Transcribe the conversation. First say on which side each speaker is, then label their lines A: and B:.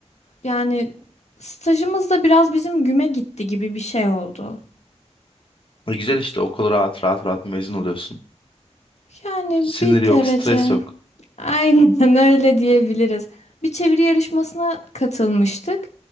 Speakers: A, on the left; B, on the left.
A: Yani stajımız da biraz bizim güme gitti gibi bir şey oldu.
B: E, Güzel işte okul rahat rahat rahat mezun oluyorsun.
A: Yani
B: Sinir
A: bir
B: yok,
A: derece.
B: stres yok.
A: Aynen <laughs> öyle diyebiliriz. Bir çeviri yarışmasına katılmıştık.